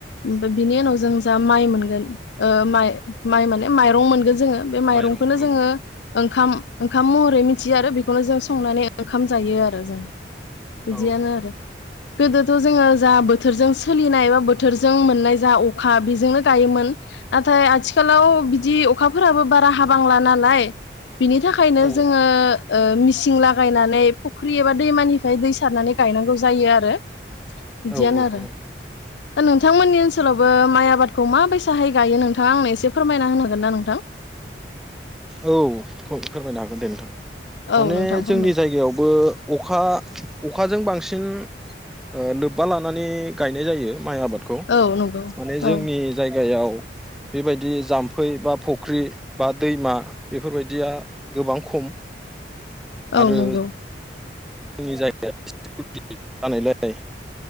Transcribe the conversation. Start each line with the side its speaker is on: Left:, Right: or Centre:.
Left: ओमफ्राय बिनि उनाव जों जा माइ मोनगोन ओ माइ-माइ माने माइरं मोनगोन जोंङो बे माइरंखौनो
Centre: माइरं औ
Left: जोंङो ओंखाम-ओंखाम महरै मिथियो आरो बेखौनो जों संनानै ओंखाम जायो आरो जों। बिदियानो
Centre: औ
Left: आरो गोदोथ' जोंङो जा बोथोर बोथोरजों सो सोलिनाय बा बोथोरजों मोननाय जा अखा बेजोंनो गायोमोन नाथाय आथिखालाव बिदि अखा फोराबो बारा हाबांला नालाय बिनि थाखायनो
Centre: औ
Left: जोंङो ओ मिस सिं लागायनानै फुख्रि एबा दैमानिफ्राय दै सारनानै गायनांगौ जायो आरो। बिदियानो
Centre: औ
Left: आरो।
Centre: औ
Left: दा नोंथांमोननि ओनसोलावबो माइ आबादखौ माबायसाहाय गायो नोंथांङा आंनो एसे फोरमायना होनो हांगोन ना नोंथां?
Centre: औ फो-फोरमायनो हागोन दे नोंथां माने
Left: औ नोंथां
Centre: जोंनि
Left: फोरमाय
Centre: जायगायावबो अखा-अखाजों बांसिन ओ लोब्बा लानानै गायनाय जायो। माइ आबादखौ
Left: औ नंगौ
Centre: माने जोंनि
Left: औ
Centre: जाय जायगायाव बेबायदि जाम्फै बा फुख्रि बा दैमा बेफोरबायदिया गोबां खम।
Left: औ
Centre: आरो
Left: नंगौ।
Centre: जोंनि जायगाया जानायलाय